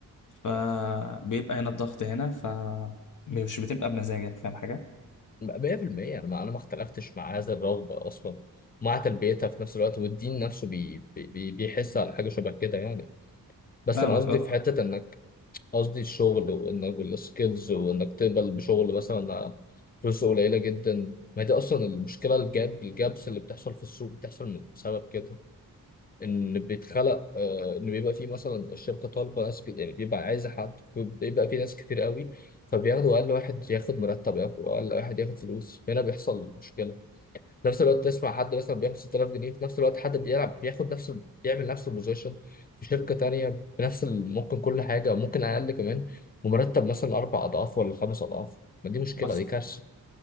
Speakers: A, on the left (about 55°); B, on the left (about 25°).
A: فبيبقى هنا الضغط هنا فمش بتبقى بمزاجك فاهم حاجه؟
B: 100% انا ما انا ما اختلفتش مع هذا الرغبه اصلا مع تلبيتها في نفس الوقت والدين نفسه بي... بي... بي- بيحس على حاجه شبه كده يعني بس
A: فاهمك
B: انا قصدي
A: اه
B: في حته انك قصدي الشغل وانك السكيلز وانك تقبل بشغل مثلا فلوس قليله جدا ما هي دي اصلا المشكله الجاب الجابس اللي بتحصل في السوق بتحصل من- بسبب كده ان بيتخلق آه، ان بيبقى فيه مثلا الشركه طالبه ناس كت- يعني بيبقى عايزه حد بيبقى فيه ناس كتير قوي فبياخدوا اقل واحد ياخد مرتب ياخد اقل واحد ياخد فلوس هنا بيحصل مشكله في نفس الوقت تسمع حد مثلا بياخد 6000 جنيه في نفس الوقت حد بيلعب بياخد نفس بيعمل نفس البوزيشن في شركه تانية بنفس ال- ممكن كل حاجه ممكن اقل كمان ومرتب مثلا اربع اضعاف ولا خمس اضعاف ما دي مشكله
A: بس
B: دي كارثه